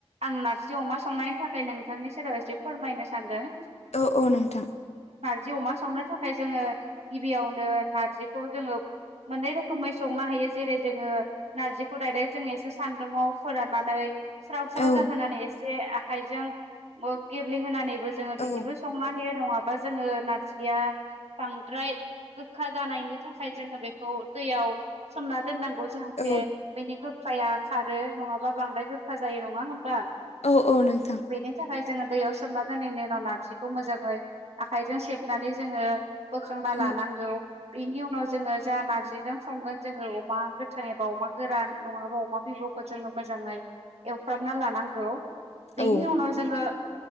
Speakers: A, on the right; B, on the left.
A: आं नारजि अमा संनायनि थाखाय नोंथांनि सेराव एसे फोरमायनो सानदों।
B: औ औ नोंथां।
A: जि अमा संनो थाखाय जोंङो गिबियावनो नारजिखौ जोंङो मोननै रोखोमै संनो हायो। जेरै जोंङो नारजिखौ डायरेक्ट जो एसे सान्दुंङआव फोराननानै। स्राव स्राव
B: औ
A: जाहोनानै एसे आखाइजों गेब्लेहोनानैबो जोंङो
B: औ
A: बिदि। संना होयो नंङाबा जोंङो नारजिया बांद्राय गोखा जानायनि थाखाय जोङो बेखौ दैयाव सोमना दोननांगौ जाहाथे
B: औ
A: बेनि गोखाया खारो। नङाबा बांद्राय गोखा जायो नङा होमबा?
B: औ औ नोंथां
A: बेनि थाखाय जोङो दैयाव सोमना दोननानि उनाव नारजि खौ मोजाङै आखाइजों सेबनानै जोङो बोखांना
B: औ
A: लानांगौ। बेनि उनाव जोङो जा नारजिजों संगोन जोङो अमा गोथां एबा अमा गोरान नङाबा अमा बि बुखौ जोङो मोजाङै एवफ्रामना लानांगौ। बेनि
B: औ
A: उनाव जोङो